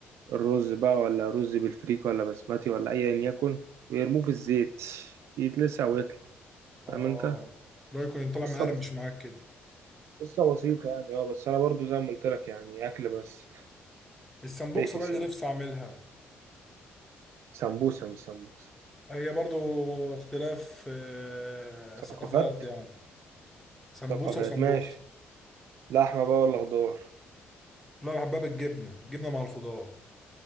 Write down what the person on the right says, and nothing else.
الرز بقى ولا رز بالفريك ولا بسمتي ولا ايا يكن ويرموه في الزيت يتلسع ويطلع
فاهم انت
قصة
بس
قصة بسيطة يعني اه بس أنا برضو زي ما قلت لك يعني أكل بس
ميكس
يعني
سمبوسة مش سمبوسة
ثقافات
ثقافات
ماشي لحمة بقى ولا خضار